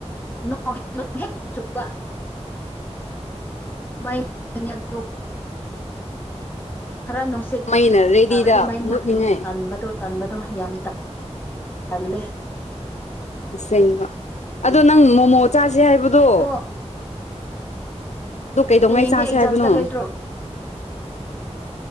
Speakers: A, on the left; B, on the left.
A: ꯅ ꯍꯦꯛ ꯆꯨꯕ ꯃꯗꯒ <inaudible> ꯈꯔ ꯅꯨꯡꯁꯤꯠ
B: ꯃꯩꯅ ꯔꯦꯗꯤꯗ
A: ꯇꯥꯔꯗꯤ ꯝꯩ ꯃꯨꯠꯀꯅꯤ
B: ꯃꯨꯠꯅꯤꯡꯉꯥꯏ
A: ꯇꯟꯕꯗꯣ ꯇꯟꯕꯗꯣ ꯌꯥꯝ ꯇꯜꯂꯦ
B: ꯑꯁꯦꯡꯕ ꯑꯗꯣ ꯅꯪ ꯃꯣꯃꯣ ꯆꯥꯁꯦ ꯍꯥꯏꯕꯗꯣ
A: ꯑꯗꯣ
B: ꯑꯗꯨ ꯀꯩꯗꯧꯉꯩ
A: ꯍꯌꯦꯡꯗꯤ
B: ꯆꯥꯁꯦ
A: ꯑꯦꯛꯖꯥꯝ
B: ꯍꯥꯏꯕꯅꯣ
A: ꯆꯠꯂꯣꯏꯗ꯭ꯔꯣ